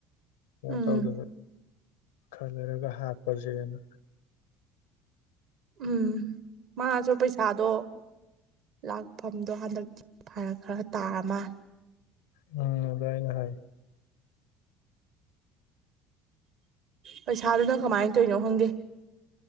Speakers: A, on the right; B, on the left.
A: ꯎꯝ
B: ꯇꯧꯗ ꯈꯜꯂꯔꯒ ꯍꯥꯞꯄꯁꯦꯅ
A: ꯎꯝ ꯃꯥꯁꯨ ꯄꯩꯁꯥꯗꯣ ꯂꯥꯛꯐꯝꯗꯣ ꯍꯟꯗꯛꯇꯤ ꯐꯔꯛ ꯈꯔ ꯇꯥꯔꯃꯅꯦ
B: ꯎꯝ ꯑꯗꯨꯃꯥꯏꯅ ꯍꯥꯏ
A: ꯄꯩꯁꯥꯗꯨꯅ ꯀꯃꯥꯏꯅ ꯇꯧꯔꯤꯅꯣ ꯈꯪꯗꯦ